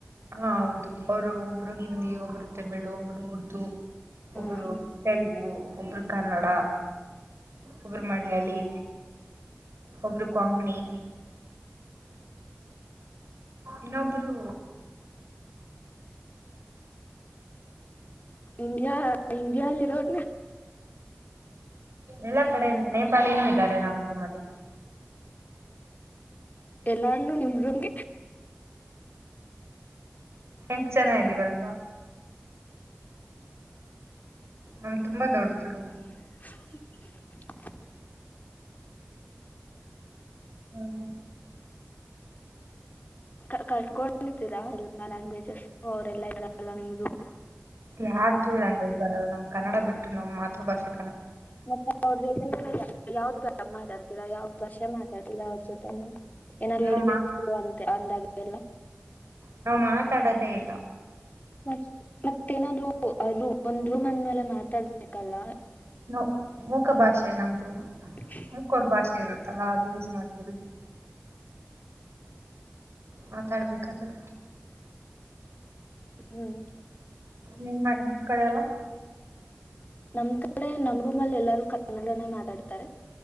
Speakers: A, on the right; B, on the left.
A: ಹಾ ಹೌದು ಅವರು ಒಬ್ರು ಹಿಂದಿ ಒಬ್ರು ತಮಿಳ್ ಒಬ್ರು ಉರ್ದು ಒಬ್ರು
B: ಹಾ ಹಾ
A: ತೆಲುಗು ಒಬ್ರು ಕನ್ನಡ ಒಬ್ಬರು ಮಳ್ಳಳ್ಳಿ ಒಬರು ಕೊಂಗಣಿ ಇನ್ನೊಬ್ರು
B: ಇಂಡಿಯಾ ಇಂಡಿಯಲ್ಲಿರೋಡ್
A: ಎಲ್ಲಾ ಕಡೆಲ್ಲ ನೇಪಾಳಿನೂ ಇದ್ದಾರೆ ನಮ್ದೂ ಮಲ್ಲಿ
B: ಎಲ್ಲಾರ್ನುೂ ನಿಮಮ್ಗೆ
A: ಎಂಟು ಜನ ಇದ್ದೀವಲ್ವ ನಮ್ ತುಂಬಾ ದೊಡ್ಡದರು
B: <unintelligible>
A: ಹ್ಮ
B: ಹ ಕಟ್ಕೊಂಡಿದ್ದೀರಾ ಎಲ್ಲಾ ಲ್ಯಾಂಗ್ವೇಜಸ್ ಅವರೆಲ್ಲಾ ಇದ್ರಾರಲ್ಲ ನಿಮ್ಮ
A: ಯಾರ್ದುಲ್ಯಾಂಗ್ವೇಜ್ ಬರಲ್ಲ ನಮ್ ಕನ್ನಡ ಬಿಟ್ಟ ನಮ್ ಮಾತೃ ಭಾಷೆ
B: ಮತ್ತೆ ಅವ್ರ ಜೊತೆ ಎಲ್ಲ ಯಾವ್ದ್ ಬ ಮಾತಾಡ್ತಿರಾ ಯಾವ್ದ್ ಭಾಷೆ ಮಾತಾಡ್ತಿರಾ ಅವ್ರ ಜೊತೆ ನೀ ಏನಾದ್ರು
A: ನಾವ್
B: ಹೇಳ್ಬೇಕು ಹ ಅಂತೆ ಅಂದಾಗ ಎಲ್ಲ
A: ನಾ್ ಮಾತಾಡೋದೇ ಇಲ್ಲ
B: ಮತ್ ಮತ್ತೇನಾದ್ ಒಂದ್ ರೂಮ್ ಅಂದ್ಮೇಲೆ ಮಾತಾಡ್ಬೇಕಲ್ಲ
A: ನ ಮುಖ ಭಾಷೆ ನಮ್ದು
B: ಹ
A: ಮುಕ್ಕೋರು ಭಾಷೆ ಇರುತ್ತಲ್ಲಾ ಅದು ಯೂಸ್ ಮಾಡ್ತೀನಿ ಮಾತಾಡ್ಬೇಕಂದ್ರ
B: ಹ್ಮ್.
A: ನಿಮ್ಮ್ ನಿಮ್ಮ್ ಕಡೆ ಎಲ್ಲ
B: ನಮ್ ಕಡೆ ನಮ್ ರೂ್ಲ್ಲಿ ಎಲ್ಲಾರೂ ಕನ್ನಡನೇ ಮಾತಾಡ್ತಾರೆ